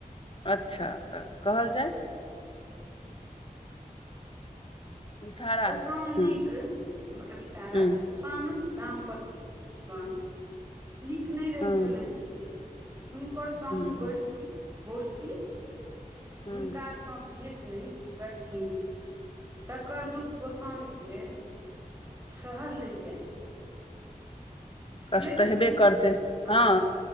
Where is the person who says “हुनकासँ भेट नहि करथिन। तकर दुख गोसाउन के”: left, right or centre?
Right